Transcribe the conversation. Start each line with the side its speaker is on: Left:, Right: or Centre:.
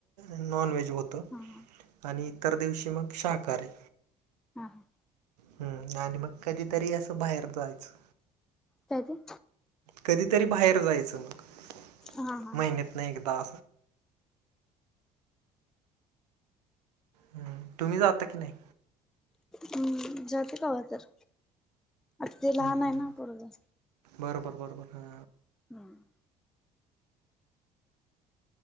Right: नॉन व्हेज होतं
Centre: हा हा
Right: आणि इतर दिवशी मग शाकाहारारी.
Centre: हम ह
Right: हम्म आणि मग कधीतरी असं बाहेर जायचं.
Centre: कधी.
Right: कधीतरी बाहेर जायचं मग
Centre: हा हा
Right: महिन्यातन एकदा हम्म तुम्ही जाता की नाही
Centre: हम जाते कवा तर ते लहान
Right: हम्म,
Centre: आहे ना पोरग
Right: बरोबर बरोबर हा
Centre: हम्म